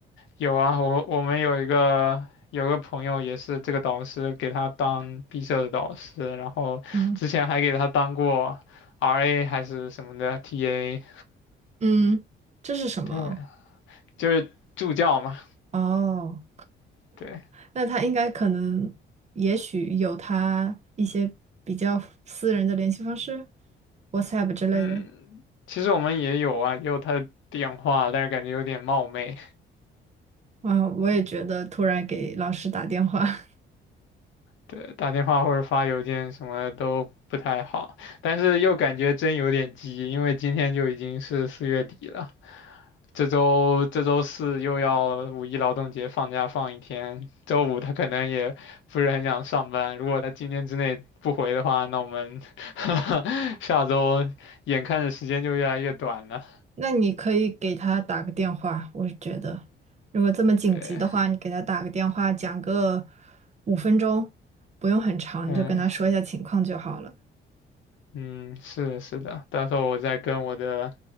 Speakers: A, on the left; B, on the right.
A: 有啊，我我们有一个有一个朋友也是这个导师给他当毕设的导师，然后之前还给他当过
B: 嗯
A: RA 还是什么的 TA，
B: 嗯，这是什么？
A: 对，就是助教嘛，
B: 哦，
A: 对，
B: 那他应该可能，也许有他一些比较私人的联系方式，WhatsApp 之类的。
A: 嗯，其实我们也有啊，也有他的电话，但是感觉有点冒昧，
B: 哇，我也觉得突然给老师打电话，<laughs>
A: 对，打电话或者发邮件什么的都不太好，但是又感觉真有点急，因为今天就已经是四月底了。这周这周四又要五一劳动节放假放一天，周五他可能也不是很想上班。如果他今天之内不回的话，那我们 <laughs> 下周眼看着时间就越来越短了。
B: 那你可以给他打个电话，我是觉得，如果这么紧急的话，
A: 对，
B: 你给他打个电话，讲个五分钟，不用很长，
A: 嗯
B: 你就跟他说一下情况就好了。
A: 嗯，是的，是的，到时候我再跟我的